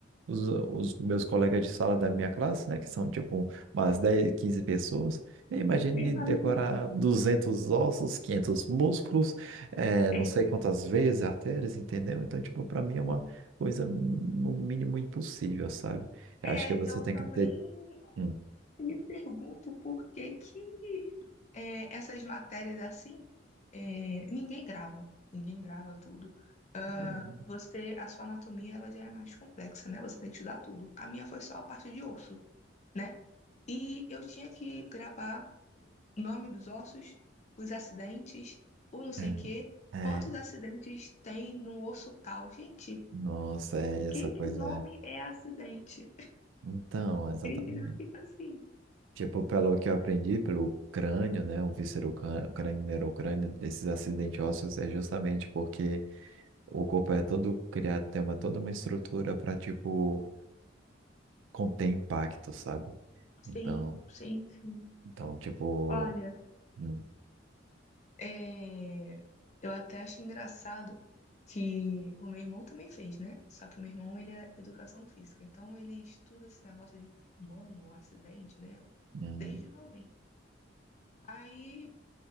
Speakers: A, on the right; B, on the left.
A: os, os meus colegas de sala da minha classe, né? Que são tipo umas 10, 15 pessoas. Eu imagine
B: imagina.
A: decorar 200
B: né?
A: ossos, 500 músculos, eh, não
B: É,
A: sei quantas vezes, artérias, entendeu? Então, tipo, para mim é uma coisa no mínimo impossível, sabe? Eu
B: É,
A: acho que você
B: eu
A: tem
B: também
A: que ter... Hum.
B: me pergunto por que que é, essas matérias assim, é, ninguém grava, ninguém grava tudo. Ah,
A: É,
B: Você, a sua anatomia, ela já é mais complexa, né? Você tem que estudar tudo. A minha foi só a parte de osso, né? E eu tinha que gravar nome dos ossos, os acidentes, o não sei
A: é, é.
B: o quê, quantos
A: é,
B: acidentes tem no osso tal. Gente,
A: Nossa, é essa
B: que
A: coisa.
B: que o nome
A: é.
B: é acidente?
A: Então, exatamente.
B: Ele fica assim.
A: Tipo, pelo que eu aprendi, pelo crânio, né? O víscero-crânio, neurocrânio, desses acidentes ósseos é justamente porque o corpo é todo criado, tem uma, toda uma estrutura para, tipo, conter impacto, sabe?
B: Sim,
A: Então,
B: sim, sim.
A: então tipo.
B: Olha,
A: hum,
B: é, eu até acho engraçado que o meu irmão também fez, né? Só que o meu irmão, ele é educação física, então ele estuda esse negócio de corpo humano, um acidente, né?
A: uhum.
B: Desde novinho. Aí